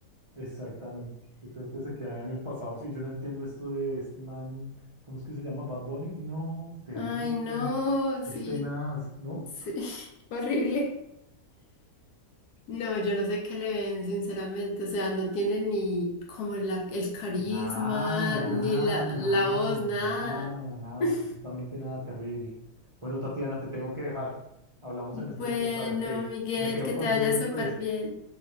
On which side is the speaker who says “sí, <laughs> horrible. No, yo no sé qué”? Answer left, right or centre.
Left